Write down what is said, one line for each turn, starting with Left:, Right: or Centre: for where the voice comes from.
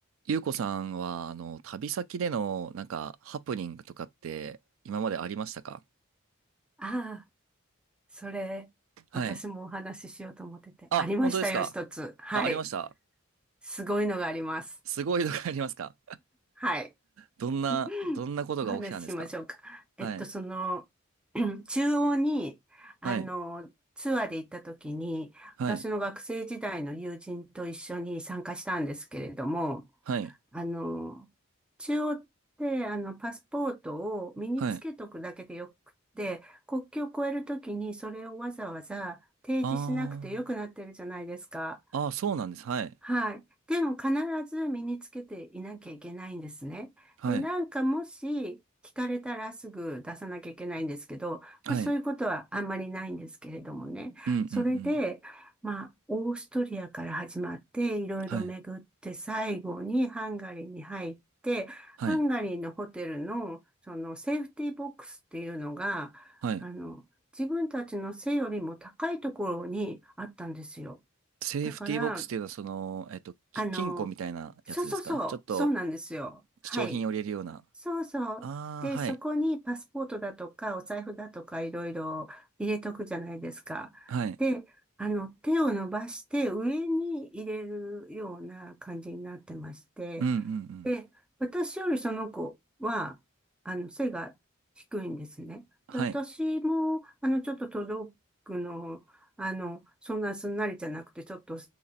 Right: ゆうこさんは、あの、旅先での、なんか、ハプニングとかって、今までありましたか
Centre: ああ、それ、
Right: はい。
Centre: 私もお話ししようと思ってて。
Right: あ、
Centre: ありましたよ、
Right: 本当ですか
Centre: 一つ。はい。
Right: あ、ありました。
Centre: すごいのがあります。
Right: すごいのがありますか
Centre: はい。
Right: どんな、
Centre: <laughs>
Right: どんなことが起きたんですか
Centre: お話ししましょうか。えっと、
Right: はい。
Centre: その、<clears throat> 中央に、あの、
Right: はい。
Centre: ツアーで行った時に、
Right: はい。
Centre: 私の学生時代の友人と一緒に参加したんですけれども、
Right: はい。
Centre: あの、中央って、あの、パスポートを身につけとくだけでよくって、
Right: はい。
Centre: 国境を越えるときにそれをわざわざ提示しなくてよくなってるじゃないですか。
Right: あー。あー、そうなんです。はい。
Centre: はい。でも必ず身につけていなきゃいけないんですね。
Right: はい。
Centre: で、なんかもし聞かれたらすぐ出さなきゃいけないんですけど、
Right: はい。
Centre: まあ、そういうことはあんまりないんですけれどもね。
Right: うんうんうん。
Centre: それで、まあ、オーストリアから始まって、いろいろ巡って、
Right: はい。
Centre: 最後にハンガリーに入って、
Right: はい。
Centre: ハンガリーのホテルの、そのセーフティーボックスっていうのが、
Right: はい。
Centre: あの、自分たちの背よりも高いところにあったんですよ。
Right: セーフティーボックスっていうのは、
Centre: だから、
Right: その、えっと、き金庫みたいなやつですかちょっと、
Centre: あの、そうそうそう、そうなんですよ。はい。
Right: 貴重品を入れるような。
Centre: そうそう。
Right: あー、
Centre: で、
Right: はい。
Centre: そこにパスポートだとか、お財布だとか、いろいろ入れとくじゃないですか。
Right: はい。
Centre: で、あの、手を伸ばして上に入れるような感じになってまして、
Right: うんうんう
Centre: で、
Right: ん。
Centre: 私よりその子は、あの、背が低いんですね。
Right: はい。
Centre: で、私も、あの、ちょっと届くの、あの、そんなすんなりじゃなくて、ちょっと